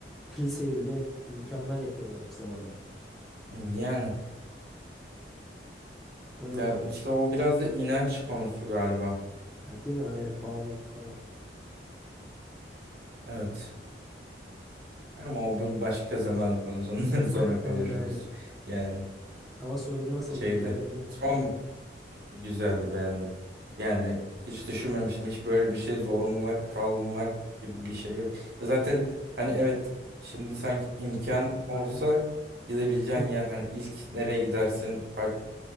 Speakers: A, in the centre; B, on the right.
A: kiliseyi bile mükemmel yapıyorlar zamanında.
B: Yani
A: Öyle
B: ya
A: ya.
B: işte o biraz da inanç konusu galiba.
A: Ya değil mi? Aynen bağlılık falan.
B: Evet. Ama o bu başka zamanın konusu. <laughs> Onları
A: <laughs>
B: sonra konuşuruz.
A: Aynen aynen.
B: Yani
A: Ama soru nasıldı?
B: şeydi
A: Güzeldi değil mi?
B: son Güzeldi, beğendim. Yani hiç düşünmemiştim. Hiç
A: Ha,
B: böyle bir şey zorunda kalmak gibi bir şey yok. Zaten hani evet şimdi sanki imkan olsa
A: Aynen.
B: gidebileceğin
A: <laughs>
B: yer hani ilk nereye gidersin fark-